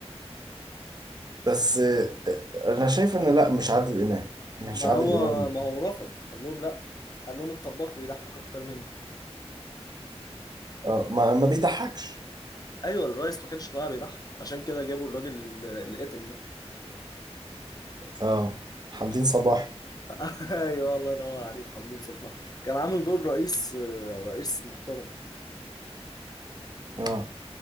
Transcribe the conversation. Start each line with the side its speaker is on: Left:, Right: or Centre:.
Right: بس آه، انا شايف ان لا مش عادل امام مش
Left: ما
Right: عادل
Left: هو
Right: امام
Left: ما هو رفض قال لهم لا قال لهم الطباخ بيضحك اكتر مني
Right: اه ما, ما بيضحكش
Left: ايوه الريس ما كانش طالع بيضحك عشان كده جابوا الراجل ال- الاتم ده
Right: اه حمدين صباحي
Left: <laughs> ايوه الله ينور عليك حمدين صباح كان عامل دور رئيس آه، رئيس محترم
Right: اه